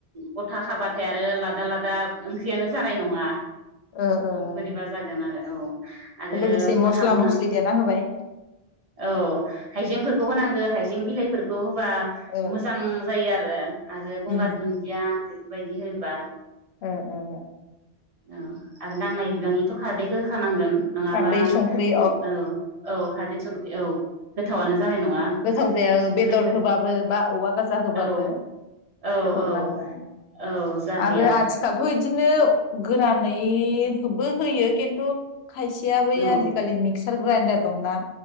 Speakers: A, on the right; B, on the left.
A: गथा खाबा नाथाय आरो लादा लादा ओंख्रियानो जानाय नङा
B: ओ ओ
A: बोरैबा जागोन आरो औ आरो
B: लोगोसे
A: मोनहां
B: मस्ला
A: मोनहां
B: मस्लि देना होबाय
A: औ हायजेंफोर होनांगौ हायजें बिलाइफोरखौ होबा
B: ओ
A: मोजां जायो आरो आरो गंगार
B: ओ
A: दुन्दिया बेफोर बायदि होयोबा
B: ओ ओ
A: ओ आरो नांनाय बिबांनिथ' खारदैखौ होखानांगोन नङाबा
B: खारदै संख्रि
A: औ औ खारदै सं औ गोथावानो
B: ओम
A: जानाय नङा
B: गोथाव जाया
A: संख्रि
B: बेदर
A: खारदै
B: होबाबो बा औवा गाजा होबाबो
A: औ औ
B: गोथाव
A: औ
B: जाहैया
A: औ जाहैया
B: आरो आथिखालथ' इदिनो गोरानैबो होयो खिन्थु खायसेय बै
A: औ
B: आजिखालि मि क्सार ग्रेइन्दडार दंना